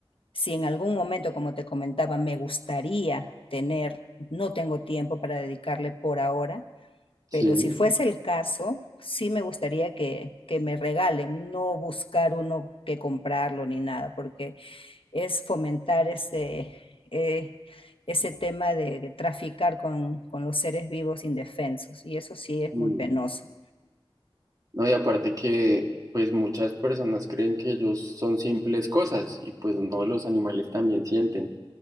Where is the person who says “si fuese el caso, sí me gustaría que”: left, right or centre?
Left